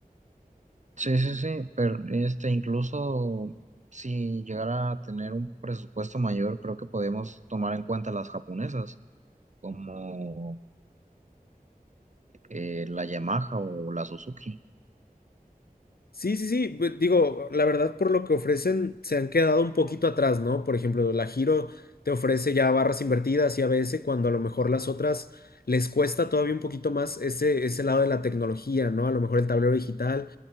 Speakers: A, on the right; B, on the left.
A: Sí, sí, sí, pero este incluso si llegara a tener un presupuesto mayor, creo que podemos tomar en cuenta las japonesas, como eh, la Yamaha o la Suzuki.
B: Sí, sí, sí, pues, digo, la verdad por lo que ofrecen se han quedado un poquito atrás, ¿no? Por ejemplo, la Giro te ofrece ya barras invertidas y a ABS cuando a lo mejor las otras les cuesta todavía un poquito más ese, ese lado de la tecnología, ¿no? A lo mejor el tablero digital